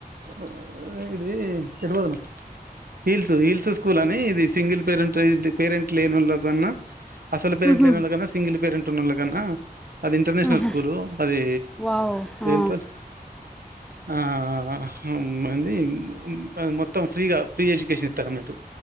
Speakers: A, on the right; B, in the centre.
A: ఉ ఇది ఎటు పోతనవ్ హీల్స్ హిల్సు స్కూల్ అని ఇది సింగిల్ పేరెంట్ ఇది పేరెంట్ లేని వాళ్ళ కన్నా అసలు పెరంట్
B: ఉహు,
A: లేనోళ్ళ కన్నా సింగల్ పేరంట్ టు ఉన్నలోకన్న అది ఇంటర్నేషనల్
B: ఉహు.
A: స్కూలు అది
B: వావ్ ఆ,
A: ఎంట్రన్స్ ఆ ఆ హా మంది మొత్తం ఫ్రీగా ఫ్రీ ఎడ్యుకేషన్ ఇత్తరు అన్నట్టు